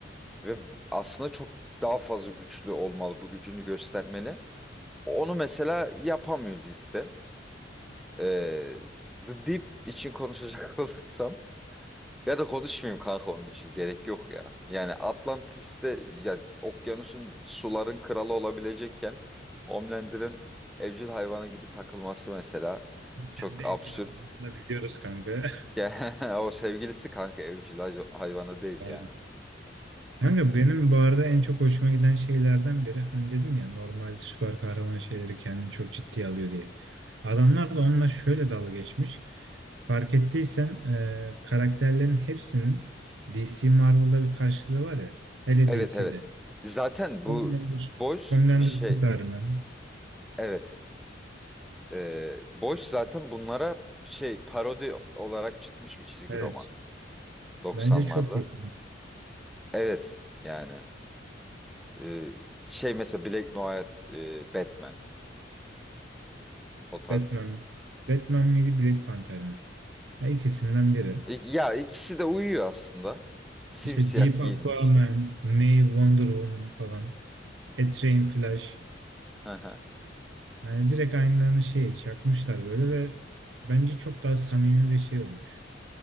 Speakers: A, in the centre; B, on the right (about 85°).
A: ve aslında çok daha fazla güçlü olmalı bu gücünü göstermeli. Onu mesela yapamıyor dizide. Eee, The Deep için konuşacak <laughs> olursam ya da konuşmayayım kanka onun için gerek yok ya. Yani Atlantis'te ya okyanusun suların kralı olabilecekken Homelander'ın evcil hayvanı gibi takılması mesela çok
B: Kendi evcil
A: absürt.
B: hayvanını da biliyoruz kanka.
A: <laughs> Ya, O sevgilisi kanka evcil hay- hayvanı
B: <laughs>
A: değil
B: Pardon.
A: yani.
B: Kanka benim bu arada en çok hoşuma giden şeylerden biri hani dedim ya normal süper kahraman şeyleri kendini çok ciddiye alıyor diye. Adamlar da onunla şöyle dalga geçmiş. Fark ettiysen e, karakterlerin hepsinin DC Marvel'da bir karşılığı var ya. Hele
A: Evet
B: DC'de.
A: evet. Zaten bu
B: Homelander,
A: Boys
B: Homelander
A: şey
B: Superman.
A: evet. Ee, Boys zaten bunlara şey parodi olarak çıkmış bir çizgi
B: Evet.
A: roman 90'larda.
B: Bence çok iyi.
A: Evet yani. Ee, şey mesela Black Noir, e, Batman o tarz.
B: Batman. Batman miydi Black Panther mi? Ya ikisinden biri.
A: E, ya ikisi de uyuyor aslında. Simsiyah
B: İşte Deep
A: giyinmiş.
B: Aquaman, May Wonder Woman falan. a Flash.
A: Hı hı.
B: Yani direkt aynılarını şey çakmışlar böyle ve bence çok daha samimi bir şey olmuş.